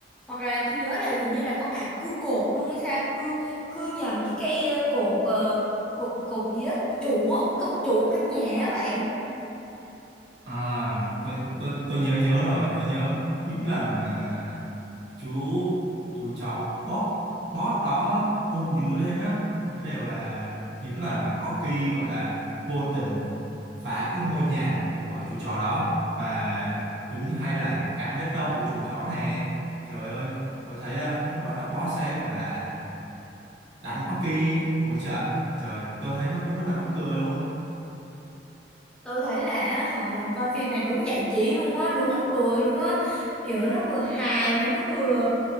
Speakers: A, in the centre; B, on the right (about 75°).
A: hoặc là tôi nhớ là hình như là có cả cưa cột luôn hay sao cưa cưa nhầm cái cây ờ, cột ờ, cột cột gì đó trụ á cột trụ căn nhà á bạn
B: à tôi tôi tôi nhớ nhớ rồi tôi nhớ những lần mà chú chú chó bót bót đó hung dữ lên á cái đều là những lần mà Oki gọi là vô tình phá cái ngôi nhà của chú chó đó và giống như hay là cạo hết lông của chú chó này trời ơi tôi thấy ờ, lúc đó là boss sẽ gọi là đánh Oki một trận trời tôi thấy nó cũng rất là mắc cười luôn
A: tôi thấy là họ mình coi phim này đúng giải trí luôn á đúng mắc cười luôn á kiểu nó vừa hài mà nó vừa